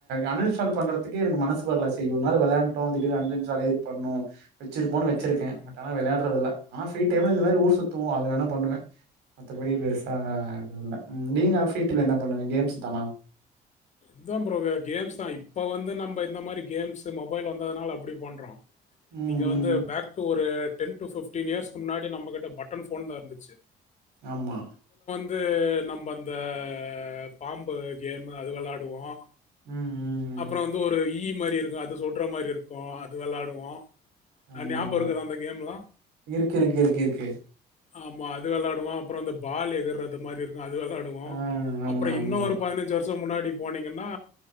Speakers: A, on the right; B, on the left.
A: அன் இன்ஸ்டால் பண்றது க்க எனக்கு மனசு வரல இவ்ளால விளான்ட்டோ திடீர்னு அன்இன்ஸ்டால் எதுக் பண்ணணும் வச்சிருப்போன் வச்சிருக்கேன்
B: ம் ம்
A: பட் விளையாட்றது இல்ல ஆனா ஃப்ரீ டைம்ல இந்தமாரி ஊர் சுத்துவோம் வேன பண்ணுவேன் மத்தபடி பெருசாஹ அதுல்ல நீங்க ஆப்பீட்ல என்ன பண்ணுவங்க கேம்ஸ் தானா
B: இதா ப்ரோ கேம்ஸ் தா இப்ப வந்து நம்ம இந்த மாதிரி கேம்ஷு மொபைல் வந்ததுனால அப்படி பண்றோம்
A: ம்
B: நீங்க வந்து
A: ம்
B: பேக் டு ஒரு டென் டு ஃப்டீன் இயஸ்கு முன்னாடி நம்ம கிட்ட பட்டன் ஃபோன் தா இருந்துச்சி
A: ஆமா
B: ந்து நம்ம அந்த அ பாம்பு இப்போ கேமு அது விளாடுவோம்
A: ம் ம் ம்
B: அப்புறம் வந்து ஒரு ஈ மாரி இருக்கும் அது சொல்ற மாதிரி இருக்கும் அது விளையாடுவோம்
A: ஆமா
B: ஞாபகம்
A: ஆமா
B: இருக்குத அந்த கேம்ல
A: இருக்கு இருக்கு இருக்கு இருக்கு
B: ஆமா அது விளாடுவோம் அப்புறம்ந்த பால் எகுறத மாரி அது விளாடுவோம்
A: ஆ ஆமா
B: அப்புறம்
A: ஆமா
B: இன்னும் ஒரு பதினஞ்சு வருஷம் முன்னாடி போனீங்கன்னா